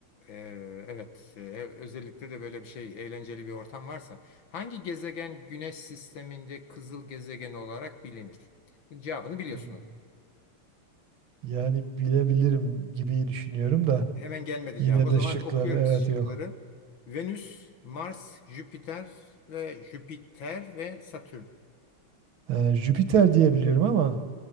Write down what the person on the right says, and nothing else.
Hmm. Yani bilebilirim gibi düşünüyorum da
yine
de şıkları
evet
yok.
E, Jüpiter diye biliyorum ama